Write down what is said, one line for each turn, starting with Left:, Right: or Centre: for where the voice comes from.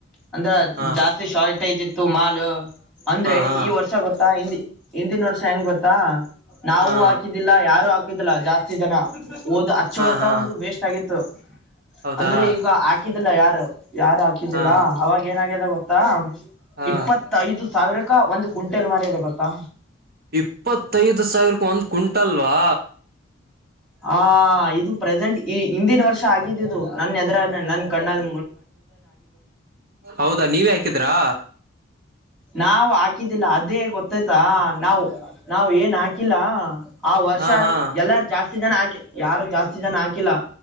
Centre: ಅಂದ್ರ
Right: ಹಾ
Centre: ಜಾಸ್ತಿ ಶಾ ಅಷ್ಟೇ ಇತ್ತು ಮಾಲ್ ಅಂದ್ರೆ
Right: ಹಾ
Centre: ಈ ವರ್ಷ ಗೊತ್ತಾ ಹಿಂದಿ ಹಿಂದಿನ ವರ್ಷ ಹೆಂಗ್ ಗೊತ್ತಾ ನಾವು
Right: ಹಾ
Centre: ಹಾಕಿದ್ದಿಲ್ಲ ಯಾರು ಹಾ ಹಾಕಿ ದಲ್ಲ ಜಾಸ್ತಿ ಜನ ಓದ್ ಹಚ್ಚ
Right: ಹಾ
Centre: ವರ್ಷ
Right: ಹಾ
Centre: ಒಂದು ವೇಸ್ಟ್ ಆಗಿತ್ತು
Right: ಹೌದಾ
Centre: ಅಂದ್ರೆ ಈಗ ಹಾಕಿದಿಲ್ಲ ಯಾರು ಯಾರು ಹಾಕಿದ್ದಿಲ್ಲಾ
Right: ಹಾ
Centre: ಏನಾಗ್ಯದ ಗೊತ್ತಾ
Right: ಹಾ
Centre: ಇಪ್ಪತ್ತ ಐದು ಸಾವಿರ ಅಕ್ಕ ಒಂದು ಕ್ವಿಂಟೆಲ್ ಮರ ಇದೆ ಗೊತ್ತಾ
Right: ಇಪ್ಪತ್ತೈದು ಸಾವಿರ ಒಂದ್ ಕುಟ ಇತ್ತಲ್ವಾ
Centre: ಆ ಇದು ಪ್ರೆಸೆಂಟ್ ಈ ಹಿಂದಿನ ವರ್ಷ ಚಾ ಆಗಿದ್ದು ನನ್ನ ಎದ್ರ ನನ್ ಕಣ್ಣಾಲ್
Right: ಹೌದಾ ನೀವ ಹಾಕಿದ್ರಾ
Centre: ನಾವು ಹಾಕಿದ್ದಿಲ್ಲ ಅದೇ ಗೊತ್ತಾಯ್ತಾ ನಾವು ನಾವ ಏನ್ ಹಾಕಿಲ್ಲ ಆ ವರ್ಷ
Right: ಹಾ ಹಾ
Centre: ಎಲ್ಲಾರು ಜಾಸ್ತಿ ಜಾಸ್ತಿ ಜನ ಹಾಕಿ ಯಾರು ಜಾಸ್ತಿ ಜನ ಹಾಕಿಲ್ಲ